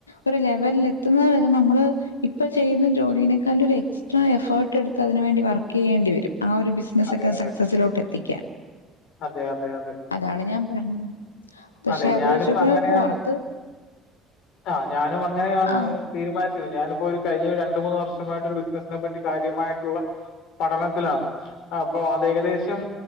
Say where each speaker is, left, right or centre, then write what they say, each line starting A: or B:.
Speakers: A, on the left (about 80°); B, on the left (about 55°).
A: ഒരു ലെവല്ലെത്തുന്നത് വരെ നമ്മള് ഇപ്പൊ ചെയ്യുന്ന ജോലീനെക്കാലും ഒരെക്സ് ട്രാ എഫേർട്ട് എടുത്ത് അതിനു വേണ്ടി വർക്കെയ്യേണ്ടി വരും ആ ഒരു ബിസിനസ്സ്
B: അതെ,
A: ഒക്കെ
B: അതെ.
A: സക്സസിലോട്ടെത്തിക്കാൻ.
B: അതെ അതെ അതെ
A: അതാണ് ഞാൻ പറഞ്ഞത് പക്ഷെ
B: അതെ
A: അത്
B: ഞാനും
A: വെച്ച് നോക്കുമ്പോ
B: അങ്ങനെയാണ്
A: പുറത്ത്
B: ആഹ് ഞാനും അങ്ങനെയാണ്
A: ആ
B: ഒരു തീരുമാനിച്ചു ഞാനിപ്പൊരു കഴിഞ്ഞൊരു രണ്ടു മൂന്ന് വർഷമായിട്ടൊരു ബിസിനസ്സിനെ പറ്റി കാര്യമായിട്ടുള്ള പഠനത്തിലാ അപ്പോ അതേകദേശം